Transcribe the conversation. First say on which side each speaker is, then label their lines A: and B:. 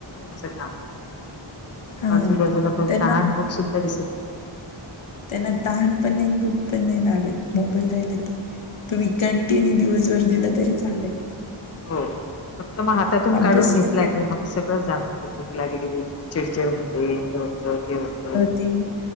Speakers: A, on the left; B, on the left.
A: च काम
B: हा
A: आजूबाजूला भूक
B: त्यांना
A: तहान भूक सुद्धा दिसत
B: त्यांना तहान पण नाही न भूक पण नाही लागत मोबाईल राहायला की. तुम्ही कंटिन्यू दिवसभर दिलं तरी चालेल.
A: हो फक्त मग हातातून
B: अभ्यास
A: काढून
B: नाही
A: घेतला
B: का
A: की मग सगळं जाणवतो भूक लागली चिडचिड होते हे होत ते होत.
B: ती.